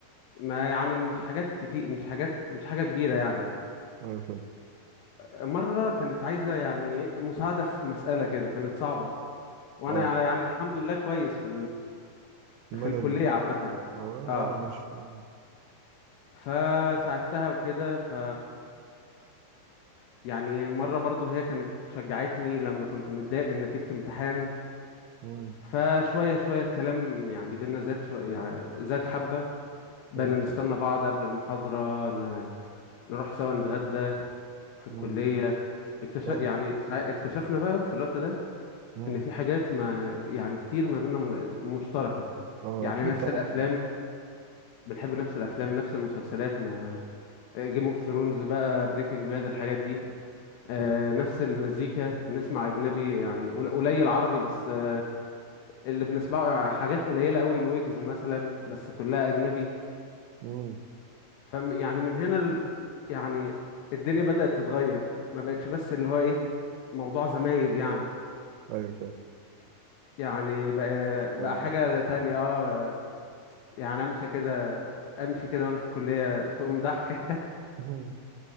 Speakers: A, on the left (about 75°); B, on the right (about 85°).
A: ما يعني مش حاجات كتير مش حاجات مش حاجة كبيرة يعني
B: ايوه فاهم
A: مرة كانت عايزة يعني مساعدة في مسألة كده كانت صعبة وأنا
B: اه
A: يعني الحمد لله كويس في
B: المدى
A: في الكلية
B: دي
A: عامة
B: اه
A: اه
B: اه مش مم.
A: فساعدتها وكده ف يعني مرة برضو هي كانت شجعتني لما كنت متضايق من نتيجة امتحان
B: مم.
A: فشوية شوية الكلام يعني بينا زاد شوية يعني زاد حبة بقينا
B: حلو
A: نستنى بعض قبل المحاضرة ن... نروح سوا نتغدى في الكلية
B: مم.
A: اكتشف
B: حلو
A: يعني سا- اكتشفنا بقى في الوقت ده
B: مم.
A: ان في حاجات ما يعني كتير ما بينا م- مشتركة
B: اه
A: يعني
B: اكيد
A: نفس
B: طبعا
A: الافلام
B: اه
A: بنحب نفس الافلام نفس المسلسلات ما جيم اوف ثرونز بقى بريكنج باد الحاجات دي آه،
B: مم.
A: نفس المزيكا بنسمع اجنبي يعني قل- قليل عربي بس آه، اللي بنسمعه حاجات قليله قوي الويجز مثلا بس كلها اجنبي
B: مم.
A: فم يعني من هنا ال... يعني الدنيا بدأت تتغير ما بقتش بس اللي هو ايه موضوع زمايل يعني
B: ايوه فاهم
A: يعني بقى
B: تحفه
A: بقى
B: والله
A: حاجه تانية اه يعني امشي كده امشي كده وانا في الكليه تقوم ضحكه <laughs>
B: مم.